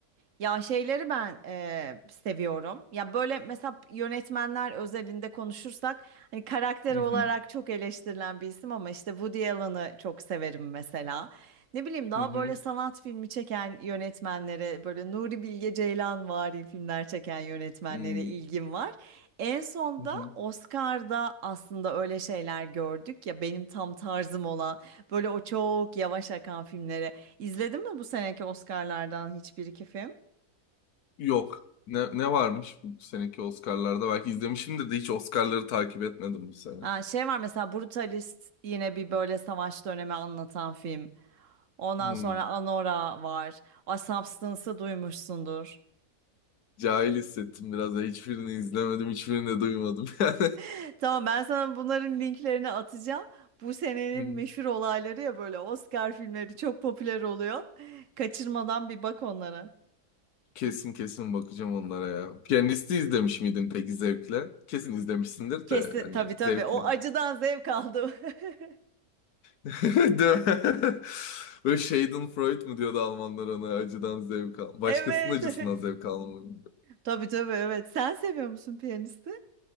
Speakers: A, on the right (about 60°); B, on the left (about 80°).
A: Ya şeyleri ben eee, seviyorum. Ya böyle mesela yönetmenler özelinde konuşursak hani karakter
B: Hı
A: olarak
B: hı.
A: çok eleştirilen bir isim ama işte Woody Allen'ı çok severim mesela. Ne bileyim daha
B: Hı hı.
A: böyle sanat filmi çeken yönetmenlere böyle Nuri Bilge Ceylanvari filmler çeken yönetmenlere
B: Hı
A: ilgim var. En son
B: hı.
A: da Oscar'da aslında öyle şeyler gördük ya benim tam tarzım olan böyle o çok yavaş akan filmleri. İzledin mi bu seneki Oscar'lardan hiçbir iki film?
B: Yok. Ne, ne varmış bu seneki Oscar'larda? Belki izlemişimdir de hiç Oscar'ları takip etmedim bu sene.
A: Ha, şey var mesela Brutalist yine bir böyle savaş dönemi anlatan film. Ondan
B: Hı.
A: sonra Anora var. A Substance'ı duymuşsundur.
B: Cahil hissettim biraz da hiçbirini izlemedim, hiçbirini de duymadım <laughs> yani.
A: <laughs> Tamam ben sana bunların linklerini atacağım. Bu senenin
B: Hı.
A: meşhur olayları ya böyle Oscar filmleri çok popüler oluyor. Kaçırmadan bir bak onlara.
B: Kesin kesin bakacağım onlara ya. Piyanisti izlemiş miydin peki zevkle? Kesin izlemişsindir
A: Kesin
B: de hani
A: tabii tabii
B: zevkle.
A: o
B: mi?
A: acıdan zevk aldım. <laughs>
B: <laughs> Değil mi? Böyle Schadenfreude mu diyordu Almanlar ona acıdan zevk al. Başkasının
A: Evet
B: acısından
A: evet.
B: zevk almayı.
A: Tabii tabii evet. Sen seviyor musun piyanisti?